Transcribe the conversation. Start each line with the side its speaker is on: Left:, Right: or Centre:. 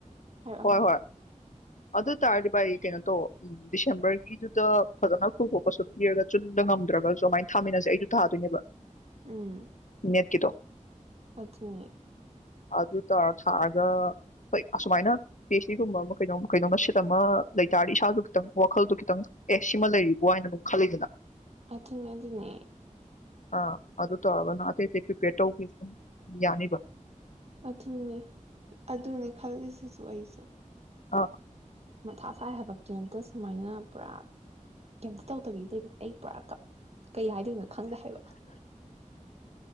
Right: ꯍꯥꯏꯔꯛꯑꯣ
Left: ꯍꯣꯏ
Right: ꯍꯥꯏꯔ
Left: ꯍꯣꯏ ꯑꯗꯨ ꯇꯥꯔꯗꯤ ꯚꯥꯏ ꯀꯩꯅꯣ ꯇꯧ ꯗꯤꯁꯦꯝꯕꯔꯒꯤꯗꯨꯗ ꯐꯖꯅ ꯈꯨꯊꯣꯛꯄꯁꯨ ꯄꯤꯔꯒ ꯆꯨꯝꯅꯥ ꯉꯝꯗ꯭ꯔꯒꯁꯨ ꯑꯗꯨꯃꯥꯏꯅ ꯊꯥꯃꯤꯟꯅꯁꯦ ꯑꯩꯁꯨ ꯊꯥꯗꯣꯏꯅꯦꯕ
Right: ꯎꯝ
Left: ꯅꯦꯠ ꯀꯤ ꯗꯣ
Right: ꯑꯗꯨꯅꯦ
Left: ꯑ ꯑꯗꯨ ꯇꯧꯔꯥ ꯁꯥꯔꯒ ꯍꯣꯏ ꯑꯁꯨꯃꯥꯏꯅ ꯐꯤꯁ ꯁꯤꯒꯨꯝꯕ ꯑꯃ ꯀꯩꯅꯣꯝ ꯀꯩꯅꯣꯃ ꯁꯤꯠ ꯑꯃ ꯂꯩꯇꯥꯥꯔꯗꯤ ꯏꯁꯥꯗꯨ ꯈꯤꯇꯪ ꯋꯥꯈꯜꯗꯣ ꯈꯤꯇꯪ ꯑꯦꯁ ꯁꯤꯃ ꯂꯩꯔꯤꯕ ꯍꯥꯏꯅ ꯑꯗꯨꯝ ꯈꯜꯂꯤꯗꯅ
Right: ꯑꯗꯨꯅꯦ ꯑꯗꯨꯅꯦ
Left: ꯑꯥ ꯑꯗꯨ ꯇꯧꯔꯒꯅ ꯑꯇꯩ ꯑꯇꯩ ꯄ꯭ꯔꯤꯄꯦꯌꯔ ꯇꯧꯒꯦ ꯑꯗꯨꯝ ꯌꯥꯅꯤꯕ
Right: ꯑꯗꯨꯅꯦ ꯑꯗꯨꯅꯦ ꯈꯜꯂꯤꯁꯤꯁꯨ ꯑꯩꯁꯨ
Left: ꯑꯥ
Right: ꯃꯊꯥ ꯁꯥꯏ ꯍꯥꯏꯕ ꯀꯦꯝꯇ ꯁꯨꯃꯥꯏꯅ ꯄꯨꯔꯥ ꯀꯦꯝꯇ ꯇꯧꯗꯕꯤ ꯂꯩꯕ ꯑꯩ ꯄꯨꯔꯥ ꯀꯞ ꯀꯩ ꯍꯥꯏꯗꯣꯏꯅꯣ ꯈꯪꯗꯦ ꯍꯥꯏꯕ